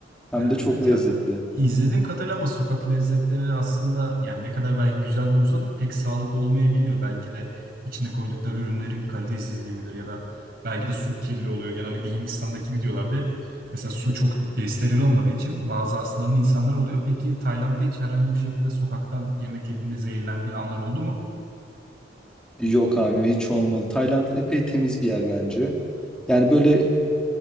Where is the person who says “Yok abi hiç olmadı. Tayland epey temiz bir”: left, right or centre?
Centre